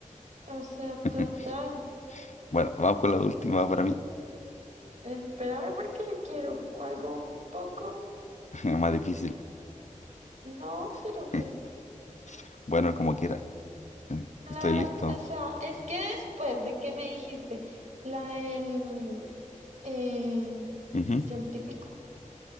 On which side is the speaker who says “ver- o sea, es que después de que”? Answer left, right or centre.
Right